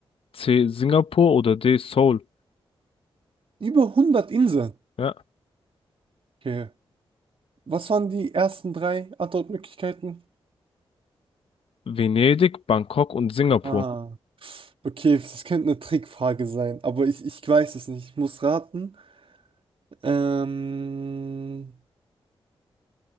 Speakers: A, on the left (about 60°); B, on the right (about 60°).
A: C. Singapur oder D. Seoul.
B: Über hundert Inseln.
A: Ja.
B: Okay. Was waren die ersten drei Antwortmöglichkeiten?
A: Venedig, Bangkok und Singapur.
B: Ah, okay, das könnte eine Trickfrage sein, aber ich, ich weiß es nicht. Ich muss raten. Ähm,